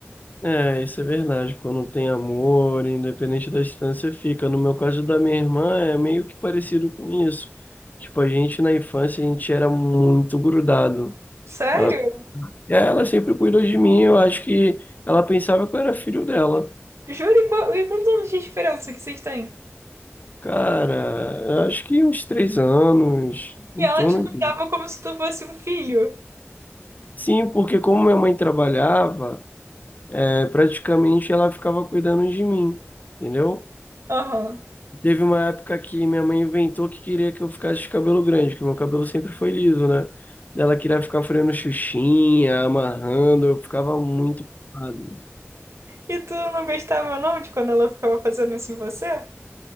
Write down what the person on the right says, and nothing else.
Sério?
Juro, e qual- e quantos anos de diferença que vocês têm?
E ela
te cuidava
como se tu fosse um filho.
Aham.
E tu não gostava não de quando ela ficava fazendo isso em você?